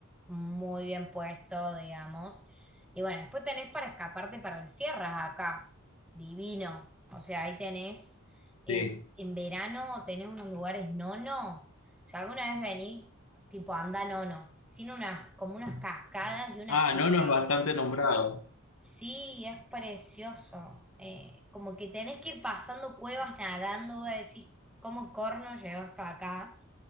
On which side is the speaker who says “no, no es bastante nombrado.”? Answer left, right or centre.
Left